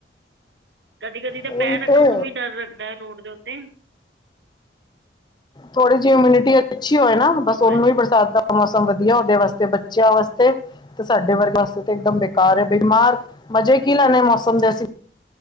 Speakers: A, on the right (about 70°); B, on the left (about 25°).
A: ਕਦੀ-ਕਦੀ ਤੇ
B: ਉਹੀ
A: ਪੈਰ ਰੱਖਨ
B: ਤੇ
A: ਨੂੰ ਵੀ ਡਰ ਰਗਦੈ, ਰੋਡ ਦੇ ਉਤੇ
B: ਥੋੜੀ ਜੀ ਇਮੁਨਿਟੀ ਅੱਛੀ ਹੋਏ ਨਾਂ, ਬਸ
A: ਉਹ
B: ਓਨੂੰ
A: ਗੱਲ
B: ਵੀ
A: ਹੈ
B: ਬਰਸਾਦਾ ਮੌਸਮ ਵਧੀਆ ਓਦੇ ਵਾਸਤੇ, ਬੱਚੇਆ ਵਾਸਤੇ ਤੇ ਸਾਡੇ ਵਰਗੇ ਆਸਤੇ ਤੇ ਇਕਦਮ ਬੇਕਾਰ ਏ ਬੀਮਾਰ, ਮਜੇ ਕੀ ਲੈਨੇ ਮੌਸਮ ਦੇ ਅਸੀਂ